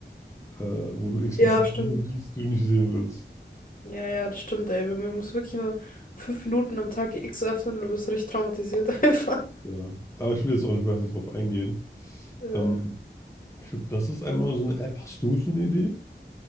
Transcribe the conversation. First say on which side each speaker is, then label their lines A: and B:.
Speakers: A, on the left; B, on the left.
A: äh, wo du explizit
B: Ja, stimmt.
A: Dinge siehst, die du nicht sehen willst.
B: Ja, ja, das stimmt, ey. Man muss wirklich nur fünf Minuten am Tag X öffnen und du bist richtig traumatisiert <laughs> einfach.
A: Ja, aber ich will jetzt auch nicht weiter drauf eingehen.
B: Äh,
A: Ähm, ich glaube, das ist einmal so eine App. Hast du so eine Idee?